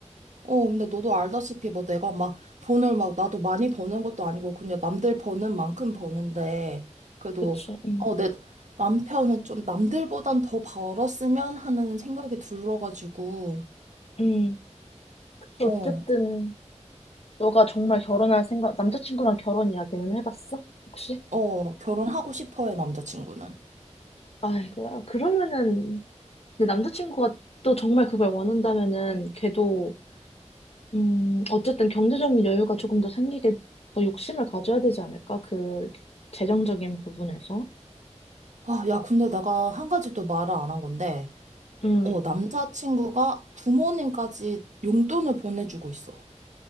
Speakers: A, on the right; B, on the left.
A: 어, 근데 너도 알다시피 뭐 내가 막 돈을 막 나도 많이 버는 것도 아니고 그냥 남들 버는 만큼 버는데 그래도
B: 그치. 음,
A: 어, 내 남편은 좀 남들보단 더 벌었으면 하는 생각이 들어가지고
B: 음, 그치.
A: 어,
B: 어쨌든 너가 정말 결혼할 생각, 남자친구랑 결혼 이야기는 해봤어? 혹시?
A: 어, 결혼하고 싶어 해 남자친구는.
B: 아이고야. 그러면은, 근데 남자친구가 또 정말 그걸 원한다면은, 걔도, 음, 어쨌든 경제적인 여유가 조금 더 생기게 더 욕심을 가져야 되지 않을까? 그, 재정적인 부분에서.
A: 아, 야, 근데 내가 한 가지 또 말을 안 한 건데
B: 음.
A: 어, 남자친구가 부모님까지 용돈을 보내주고 있어.